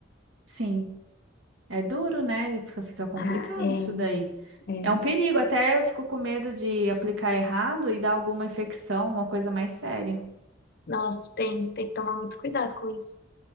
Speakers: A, on the right (about 75°); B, on the left (about 50°).
A: sim. É duro, né? Fica, fica complicado
B: Ah, é,
A: isso daí.
B: é.
A: É um perigo, até eu fico com medo de aplicar errado e dar alguma infecção, uma coisa mais séria.
B: Nossa, tem, tem que tomar muito cuidado com isso.